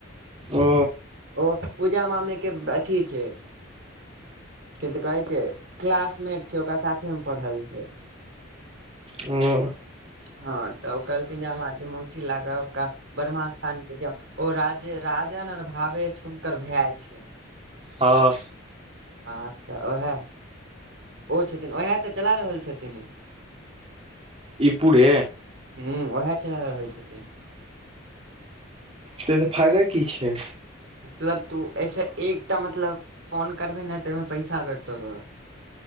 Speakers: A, on the right (about 30°); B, on the right (about 60°).
A: ओ
B: ओ पूजा मम्मी के अथी छै किदेन तऽ कहै छै क्लासमेट छै ओकरा साथे मे पढ़ल छै
A: ओ
B: हँ तऽ ओ कहलखिन जे हमरा आके मौसी लागब ब्रह्मा स्थानके जे ओ राजे राजन आर भावेश हुनकर भाय छै
A: हँ
B: हँ तऽ ओहाय ओ छथिन उएह तऽ चला रहल छथिन ई
A: ई पुड़े
B: हु उएह चला रहल छथिन
A: तऽसँ फायदा की छै
B: मतलब तू ऐसे एकटा मतलब फोन करबिही नऽ तऽ पैसा भेटतौ तोरा